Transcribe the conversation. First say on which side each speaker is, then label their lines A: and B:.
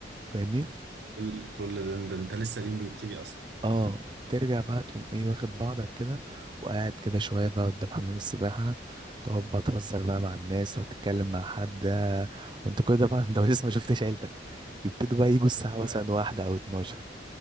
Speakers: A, on the right; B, on the right.
A: فاهمني
B: كل كل ده ده انت لسه اليوم بيبتدي اصلا
A: اه ترجع بقى تقوم ايه واخد بعضك كده وقاعد كده شوية بقى قدام حمام السباحة تقعد بقى تهزر بقى مع الناس وتتكلم مع حد آه، وانت كده بقى انت <laughs> لسه ما شفتش عيلتك يبتدوا بقى يجوا الساعة
B: <laughs> أيوة.
A: مثلا واحدة أو اتناشر